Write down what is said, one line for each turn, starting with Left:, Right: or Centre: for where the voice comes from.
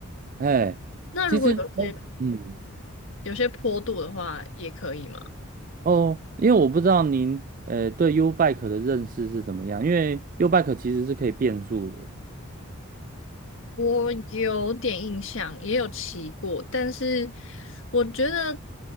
Right: 哎，
Left: 那如果有些
Right: 其实，嗯。
Left: 有些坡度的话，也可以吗？
Right: 哦，因为我不知道您呃对 U Bike 的认识是怎么样，因为 U Bike 其实是可以变速的，
Left: 我有点印象，也有骑过，但是我觉得，